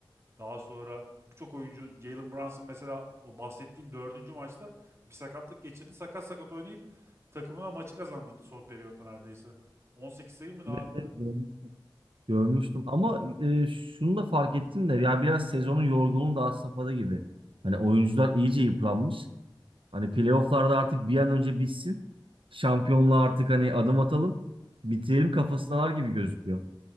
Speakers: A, on the right; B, on the right.
A: Daha sonra birçok oyuncu Jalen Brunson mesela o bahsettiğim dördüncü maçta bir sakatlık geçirdi. Sakat sakat oynayıp takımına maçı kazandırdı son periyotta neredeyse. 18 sayı mı ne
B: Evet,
A: attı?
B: evet, görmüş- görmüştüm. Ama e, şunu da fark ettim de ya biraz sezonun yorgunluğu da had safhada gibi. Hani oyuncular iyice yıpranmış. Hani playofflarda artık bir an önce bitsin. Şampiyonluğa artık hani adım atalım. Bitirelim kafasındalar gibi gözüküyor.